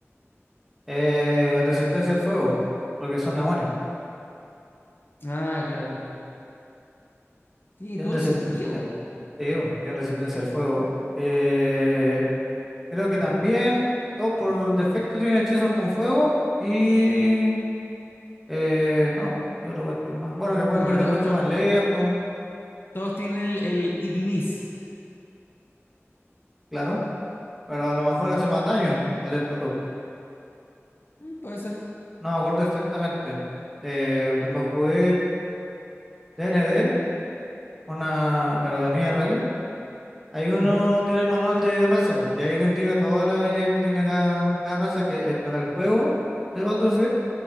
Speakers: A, in the centre; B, on the left.
A: eh, resistencia al fuego, porque son demonios.
B: Ah, claro. Tiene
A: Tienen
B: todo
A: resistencia.
B: el sentido.
A: Sí, bo, tiene resistencia al fuego. Eh, creo que también, todo por defecto, tienen hechizos con fuego. Y. eh, no, me acuerdo, ¿qué otra cuestión más? Bueno, que pueden
B: Eh,
A: ver de
B: to-
A: noche
B: todo
A: más lejos,
B: Todos tienen el, el Ignis.
A: claro. Pero a lo mejor hace más daño el de estos locos.
B: Mm, puede ser.
A: No me acuerdo exactamente. Eh, cuando jugué DND, una. Pero en IRL, hay uno
B: Ajá,
A: tiene el manual de raza, bo, y ahí te indica todas las habilidades que tiene cada, cada raza que es para el juego de Baldur's